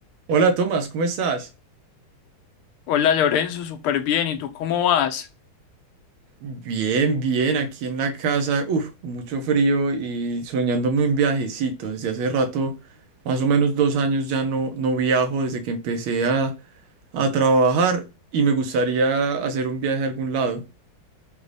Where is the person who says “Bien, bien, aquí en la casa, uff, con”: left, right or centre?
Right